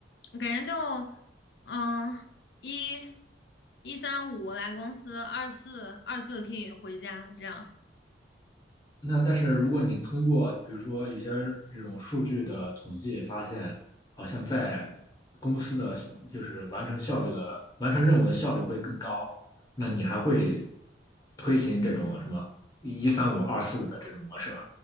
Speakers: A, on the left (about 60°); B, on the left (about 20°).
A: 我感觉就，嗯，一，一三五来公司，二四二四可以回家，这样，
B: 那但是如果你通过比如说一些这种数据的统计发现，好像在公司的就是完成效率的完成任务的效率会更高，那你还会推行这种什么一三五二四的这种模式吗？